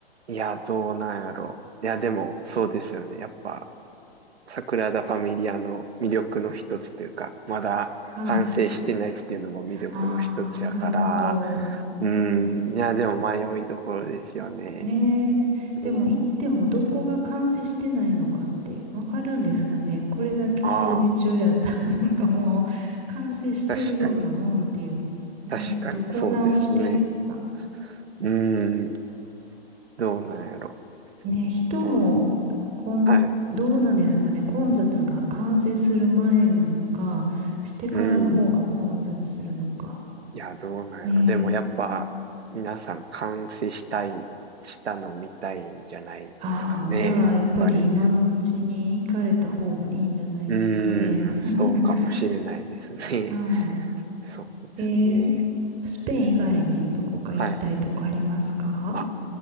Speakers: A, on the right (about 75°); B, on the right (about 20°).
A: いや、どうなんやろいや、でも、そうですよね。やっぱ、桜田ファミリアの魅力の一つというか、まだ完成してないっていうのも魅力の一つやから、
B: はい。ああ、なるほど。
A: うん、
B: うん。
A: いや、でも迷いどころですよね。
B: ねえ、
A: う
B: でも行ってもどこが完成してないのかってわかるんですかね。これだけ工事中やったら
A: ああ。
B: <laughs> なんかもう完成してるようなもんっていうかね、
A: 確かに。確かに、
B: どこを直してるのか。
A: そうですね。うーん、どうなんやろ。
B: ね、人も、
A: そう、
B: こん、
A: はい。う
B: どうなんですかね、混雑が完成する前なのか、してからの方が混雑するのか。
A: ーん。いや、どうなんやろ。
B: ねえ。
A: でもやっぱ、皆さん監視したい、したの見たいんじゃないですかね。
B: ああ、じゃあ、
A: やっぱり。
B: やっぱり今のうちに行かれた方がいいんじゃないですかね。
A: うーん、
B: <laughs>
A: そうかもしれないですね。
B: は
A: <laughs> そうですね。
B: い。えースペイン以外にどこか行きたいとこありますか
A: はい。あ、っ